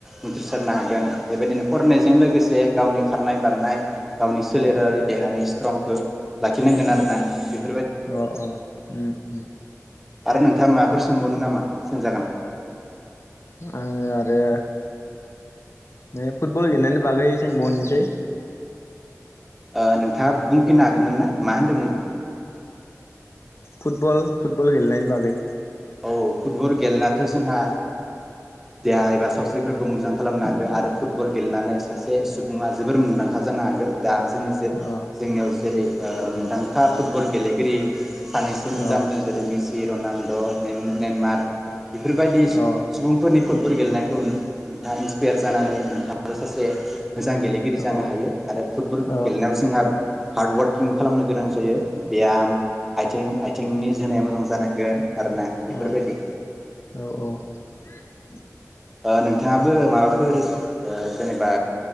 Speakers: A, in the centre; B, on the left (about 55°).
A: उनथ्रिसारनो हागोन बेबायदिनो फरायनायजों लोगोसे गावनि खारनाय बारनाय गावनि सोलेरारि
B: औ
A: नि स्ट्रंखौ लाखिनांगोन आरोना बे
B: अ अ उम उम
A: आरो नोंथाङा माबाफोर सोंगौन नामा? सोंजागोन
B: आङो आरो माने फुटबल गेलेनायनि बागै सोंबोनोसै
A: ओ नोंथाङा बुंफिननो हागौमोन ना मा होनदोंमोन?
B: फुटबल फुटबल गेलेनायनि बागै
A: औ फुटबल गेलेनायाथ' जोंहा देहा एबा सावस्रिफोर मोजां खालामनो हागो आरो फुटबल गेलेनानै सासे सुबुङा जोबोर मुंदांखा जानो हागोन। दा जोंनि जे
B: अ
A: जोंनियाव जेरै ओ मुंदांखा फुटबल गेलेगिरि सानैसोनि
B: अ
A: नाम दं जेरै पि रनालद' मेन मेनमार्क बेफोरबायदि
B: अ
A: सुबुंफोरनि फुटबल गेलेनायखौ नोंथाङा इन्सपायार जानानै नोंथाङाबो सासे मोजां गेलेगिरि
B: अ
A: जानो
B: औ
A: हायो आरो फुटबल
B: औ
A: गेलेनायाव जोंहा हार्ड वार्किं खालामनो गोनां जायो। बेयाम आइथिं आइथिंनि जोनाया मोजां जानांगोन आरोना
B: औ
A: बेफोरबायदि
B: औ औ
A: ओ नोंथाङाबो माबा फोर ओ जेनेबा